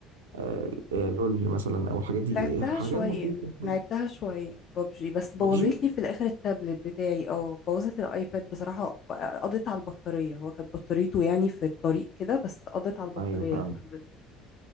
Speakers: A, on the right; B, on the left.
A: آه، آه، لول مثلا او الحاجات دي
B: لعبتها
A: آه، حاجات
B: شوية
A: بسيطه
B: لعبتها شوية ببجي بس بوظت
A: ببجي
B: لي في الآخر التابلت بتاعي اه بوظت الآيباد بصراحة قضيت على البطارية هو كانت بطاريته يعني في الطريق كده بس قضيت على البطارية
A: ايوه فهمت
B: الحمد لله